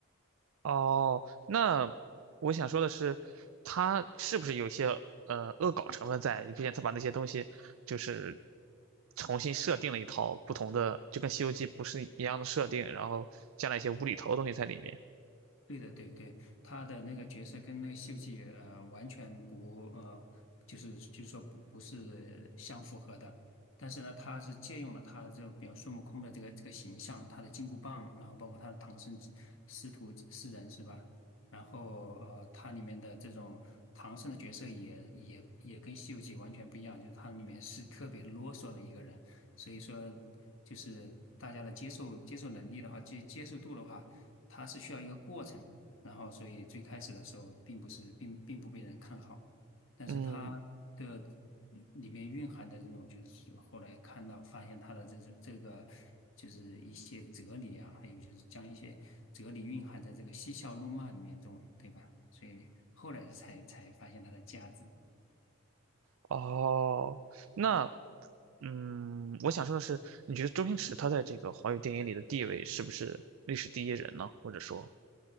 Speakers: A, on the right; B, on the left.
A: 哦，那我想说的是，他是不是有些呃恶搞成分在？你毕竟他把那些东西就是重新设定了一套不同的，就跟《西游记》不是一样的设定，然后加了一些无厘头的东西在里面。
B: 对的，对对，他的那个角色跟那个西游记》呃完全不呃，就是就是说不不是相符合的。但是呢，他是借用了他的这个比方孙悟空的这个这个形象，他的金箍棒，然后包括他的唐僧师徒四人是吧？然后呃，他里面的这种唐僧的角色也也也跟《西游记》完全不一样，就是它里面是特别啰嗦的一个人，所以说就是大家的接受接受能力的话，接接受度的话。它是需要一个过程。然后，所以最开始的时候，并不是并并不被人看好，但是它的
A: 嗯，
B: 里面蕴含的这种，就是后来看到发现它的这种这个，就是一些哲理啊，还有就是将一些哲理蕴含在这个嬉笑怒骂里面中，对吧？所以后来才才发现它的价值。
A: 哦，那嗯，我想说的是，你觉得周星驰他在这个华语电影里的地位是不是历史第一人呢？或者说？